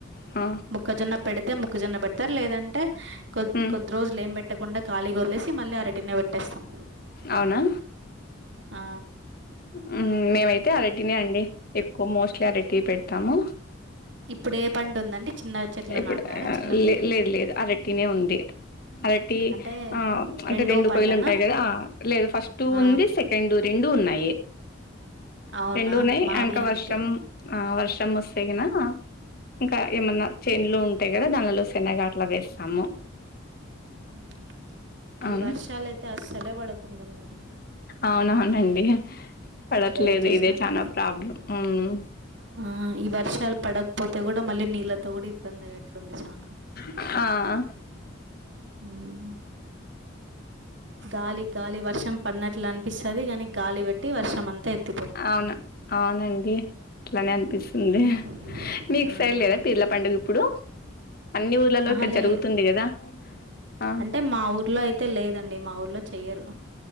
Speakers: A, on the left; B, on the right.
A: హా
B: క్కజొన్న పెడితే మొక్కజొన్న పెడతరు లేదంటే కొద్
A: మ్మ్
B: కొద్ది రోజులు ఏం పెట్టకుండ ఖాళీగొదిలేసి మళ్ళీ అరటినే పెట్టేస్తాం
A: అవునా
B: ఆ
A: ఉమ్ హ్ మేమైతే అరటినే అండి ఎక్కువ మోస్ట్లీ అరటియే పెడతాము
B: ఇప్పుడు ఏ పంట ఉందండి చిన్న చెట్లు
A: ఇప్పుడు
B: నాటినారా చిన్నపిల్ల
A: లే లేదు లేదు అరటినే ఉంది అరటి
B: అంటే
A: ఆ అంటే
B: రెండో
A: రెండు
B: పంటనా
A: కోయిలుంటాయి గదా ఆ లేదు ఫస్ట్
B: ఆ,
A: ఉంది సెకండ్ రెండూ ఉన్నాయి
B: అవునా
A: రెండు ఉన్నాయి
B: మావి
A: ఇంక
B: అంతే
A: వర్షం ఆ వర్షమొస్తేగినా ఇంకా ఏమన్న చేనులు ఉంటాయి కదా దానిలో శనగ అట్లా వేస్తాము
B: ఉమ్ ఈ
A: అవును
B: వర్షాలయితే అస్సలే పడకుండున్నాయి
A: అవునవునండి పడట్లేదు
B: వెయిట్ చేసినట్లు
A: ఇదే చానా ప్రాబ్లం ఉమ్ ఉమ్
B: ఆ ఈ వర్షాలు పడకపోతే గూడ మళ్ళీ నీళ్ళతో కూడా ఇబ్బంది అయ్యేట్లుంది చానా
A: ఆ
B: ఉమ్ గాలి గాలి వర్షం పడినట్లనిపిస్తది గనీ గాలి పెట్టి వర్షం అంతెత్
A: అవును అవునండి అట్లానే అనిపిస్తుంది,
B: ఉమ్.
A: మీకు
B: ఉమ్.
A: ఫైల్లేదా పీర్ల పండుగప్పుడు అన్ని ఊర్లలో
B: ఆహా
A: ఇక్కడ
B: లే
A: జరుగుతుంది కదా ఆ
B: అంటే మా ఊర్లో అయితే లేదండి మా ఊర్లో చెయ్యరు.